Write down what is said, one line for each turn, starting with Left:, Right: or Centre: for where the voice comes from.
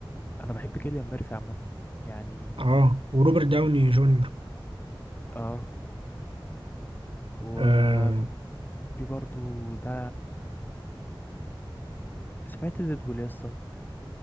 Left: انا بحب كيليان ميرفي عامه يعني
Right: اه وروبرت داوني جونيور
Left: اه وفي
Right: آه
Left: في برضو ده سمعت ديدبول يا اسطى